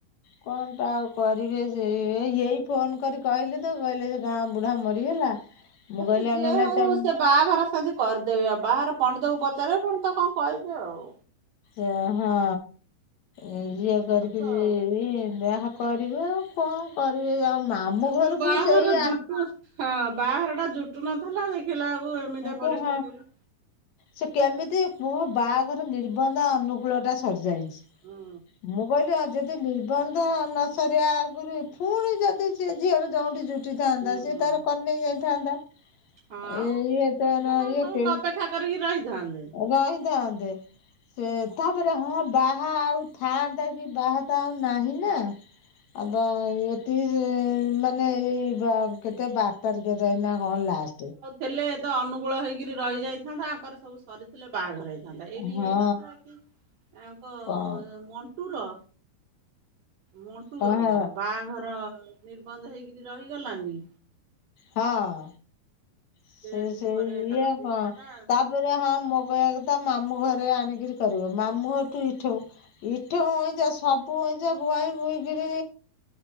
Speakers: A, on the left; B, on the right.
A: କଣ ଟା ଆଉ କରିବେ। ସେଇ ଏଇଫୋନ କରି କହିଲେ ତ କହିଲେ ସେ ଗାଁ ବୁଢ଼ା ମରିଗଲା। ମୁଁ
B: ଏ ସିଏ
A: କହିଲି
B: ଯିଏ
A: ଆଉ ନହେଲେ
B: ହଉ
A: ତମେ
B: ସେ ବାହାଘର ସେମିତି କରିଦେବେ। ବାହାଘର ପଣ୍ଡିତକୁ ପଚାରେ ପଣ୍ଡିତ କଣ କହିବେ ଆଉ।
A: ଓ ହୋ ଇଏ କରିକି
B: ତାକୁ
A: ଇ
B: ଆଉ।
A: ଇଏ ଯାହା କରିବେ ଆଉ କଣ କରିବେ। ଆଉ ମାମୁ
B: ଏବେ
A: ଘରକୁ
B: ବାହାଘର
A: ସେଇ
B: ଜୁଟୁ
A: ଆ
B: ହଁ ବାହାଘର ଟା ଜୁଟୁ ନଥିଲା ଦେଖିଲା ବେଳକୁ ଏମିତିଆ ପରିସ୍ଥିତିରେ।
A: କୁହ ସେ କେମିତି କୁହ ବାହାଘର ନିର୍ବନ୍ଧ ଅନୁକୂଳଟା ସରିଯାଇଚି।
B: ହୁଁ
A: ମୁଁ କଇଲି ଅଯ ଯଦି ନିର୍ବନ୍ଧ ନ ସରିବା ଆଗରୁ ଫୁଣି ଯଦି ସେ ଝିଅର ଯଉଁଠି ଯୁଟି ଉଠିଥାନ୍ତା
B: ହୁଁ
A: ସିଏ
B: ହୁଁ।
A: ତାର କରିନେଇ ଯାଇଥାନ୍ତା।
B: ହଁ ଆଉ
A: ଇଏ ତାର
B: ଅଛି ନା କଣ
A: ଇଏ
B: ତମକୁ ଅପେକ୍ଷା କରିକି ରହିଥାନ୍ତେ।
A: ରହିଥାନ୍ତେ। ସେ ତାପରେ ହଁ ବାହା ଆଉ ଥାଆନ୍ତା କି ବାହା ତ ଆଉ ନାହିଁ ନା। ଆଗ ଏଠି ଯେ ମାନେ ଏଇ ବାଙ୍କ କେତେ ବା ପରିକ୍ଷା ସଇଲା କଣ ଲାଷ୍ଟ।
B: ହେଲେ ତ ଅନୁଗୁଳ ହେଇକିରି ରହିଯାଇଥାନ୍ତା। ଆଙ୍କର ସବୁ ସରି ହେଲେ ବାହାଘର ହେଇଥାଆନ୍ତା। ଏଇଠି
A: ହଁ
B: ହେଇନଥିଲା କି ଆଙ୍କ
A: କଣ
B: ମଣ୍ଟୁର। ମଣ୍ଟୁର
A: କଣ
B: ବାହାଘର ନିର୍ବନ୍ଧ ହେଇକିରି ରହିଗଲାନି।
A: ହଁ ସେଇ
B: କେତେ ଦିନ
A: ସେଇ
B: ପରେ ତାଙ୍କର
A: ଇଏ କଁ
B: ହେଲା
A: ତାପରେ ହଁ ମୋ ଅ ତା ମାମୁଁ ଘରେ ଆଣିକିରି କରିବ। ମାମୁଁ ଘରଠି ଇଠୁ ଇଠୁ ହେଇଚା ସବୁ ହେଇଚା ବୁହାଇ ବୁଇକିରି